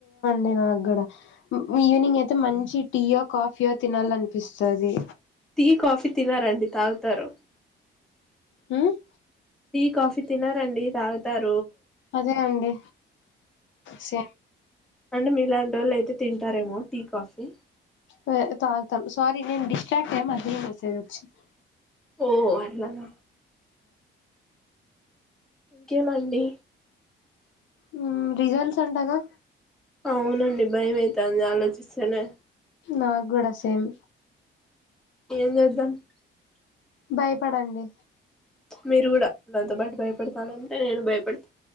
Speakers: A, on the left; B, in the centre.
A: మె నాగ్గుడా ఈవినింగ్ అయితే మంచి టీయో, కాఫీయో తినాలనిపిస్తది.
B: టీ, కాఫీ తినరండి, తాగుతారు.
A: ఉమ్
B: టీ, కాఫీ తినరండి, తాగుతార్
A: అదే అండి, సెమ్
B: అంటె మీలాంటోల్లయితే తింటారేమో టీ, కాఫీ.
A: <unintelligible> స్వారీ అది మెసేజ్ వచ్చ <unintelligible>
B: ఓ అట్లన ఇంకేమండి
A: మ్ రిజల్ట్స్ అంటగా
B: అవునండి బయమైతంది ఆలోచిస్తేనే
A: నాక్ గూడ సేమ్
B: ఏం చేద్దాం
A: భయపడండి
B: మీరు గుడ నాతోపాటు భయపడతానంటే నేను భయపెడత